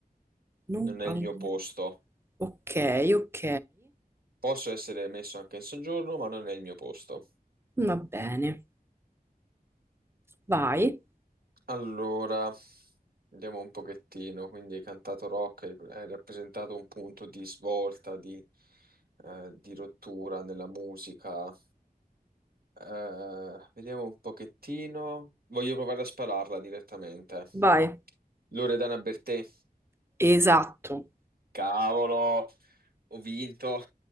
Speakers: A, on the right; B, on the right.
A: Non
B: Non
A: quando-
B: è il mio posto.
A: Ok, ok.
B: Posso essere messo anche in soggiorno, ma non è il mio posto.
A: Va bene. Vai,
B: Allora, vediamo un pochettino. Quindi hai cantato rock, hai, hai rappresentato un punto di svolta, di, eh, di rottura nella musica. Eh, vediamo un pochettino. Voglio provare a spararla direttamente.
A: vai.
B: Loredana Bertè.
A: Esatto.
B: Cavolo, ho vinto.